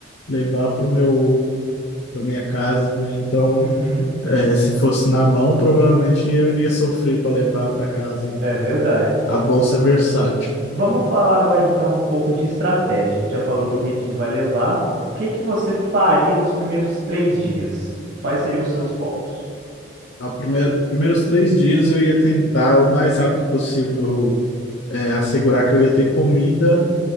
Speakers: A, on the left; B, on the right.
A: levar para o meu para minha casa, né? Então,
B: Uhum.
A: eh, se fosse na mão, provavelmente eu iria sofrer para levar para casa. né?
B: É verdade.
A: A bolsa é versátil.
B: Vamos falar agora então um pouco de estratégia. A gente já falou o que que a gente vai levar. O que que você faria nos primeiros três dias? Quais seriam os seus focos?
A: Ao primeiro, primeiros três dias eu ia tentar o mais rápido possível, eh, assegurar que eu ia ter comida,